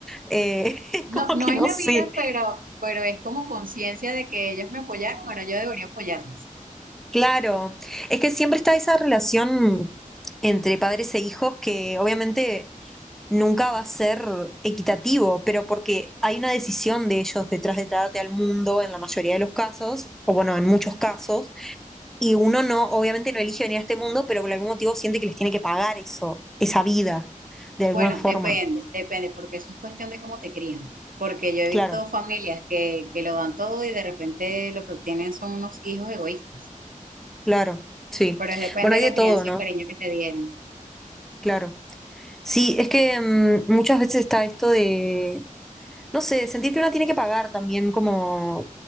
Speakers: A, in the centre; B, on the right (about 80°).
A: eh, <laughs> es
B: No,
A: como
B: no
A: que
B: es
A: no
B: la
A: sé,
B: vida, pero, pero es como conciencia de que ellos me apoyaron, ahora yo debería apoyarlos.
A: claro, es que siempre está esa relación entre padres e hijos que obviamente nunca va a ser equitativo, pero porque hay una decisión de ellos detrás de traerte al mundo en la mayoría de los casos, o bueno, en muchos casos, y uno no, obviamente no elige venir a este mundo, pero por algún motivo siente que les tiene que pagar eso, esa vida, de alguna
B: Bueno,
A: forma,
B: depende, depende, porque eso es cuestión de cómo te crían. Porque yo he
A: claro.
B: visto familias que, que lo dan todo y de repente lo que obtienen son unos hijos egoístas.
A: Claro, sí.
B: Pero es depende
A: Bueno, hay
B: de la
A: de todo,
B: crianza
A: ¿no?
B: y el cariño que te dieron.
A: Claro. Sí, es que mm, muchas veces está esto de, no sé, sentir que uno tiene que pagar también como